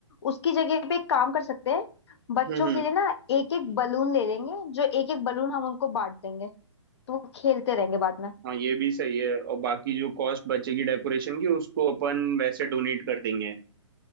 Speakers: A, on the left; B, on the right.
A: उसकी जगह पे एक काम कर सकते हैं बच्चों
B: हम्म हम्म
A: के लिए ना एक एक बलून ले लेंगे जो एक एक बलून हम उनको बांट देंगे तो वो खेलते रहेंगे बाद में
B: हाँ ये भी सही है और बाकी जो कॉस्ट बचेगी डेकोरेशन की उसको अपन वैसे डोनेट कर देंगे